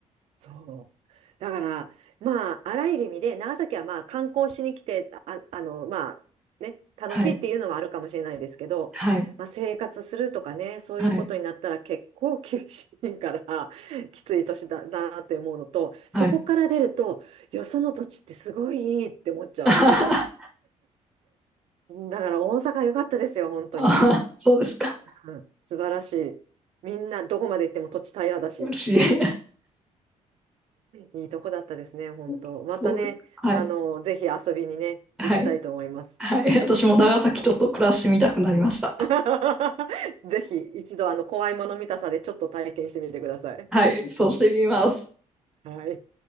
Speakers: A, on the right (about 55°); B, in the centre.
A: そう。だから、まあ、あらゆる意味で、長崎はまあ、観光しに来て、あ、あの、まあ、ね、楽しいっていうのはあるかもしれないですけど、
B: はい、はい、
A: まあ、生活するとかね、そういうことになったら結構厳しいから、
B: はい、
A: <laughs> きつい年だ、だなって思うのと、そこから出ると、
B: はい。
A: よその土地ってすごいいいって思っちゃう。
B: <laughs> あ
A: だから、大阪良かったですよ、本当に。
B: あそうですか。
A: うん、素晴らしい。みんな、どこまで行っても土地平らだし。
B: 嬉しい。
A: いいとこだったですね、本当。
B: <laughs>
A: またね、
B: そうですか。はい、
A: あの、ぜひ遊びにね、
B: はい、
A: 行きたいと思います。
B: はい。私も長崎ちょっと暮らしてみたくなりました。
A: <laughs> ぜひ一度、あの、怖いもの見たさでちょっと体験してみてください。
B: はい、そうしてみます。
A: はい。